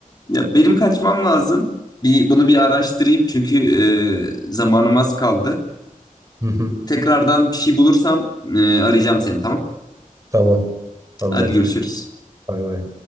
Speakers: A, on the left; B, on the right.
A: Ya benim kaçmam lazım. Bir bunu bir araştırayım çünkü e, zamanım az kaldı.
B: Hı hı.
A: Tekrardan bir şey bulursam e, arayacağım seni tamam.
B: Tamam. Anlaştık.
A: Hadi görüşürüz.
B: Bay bay.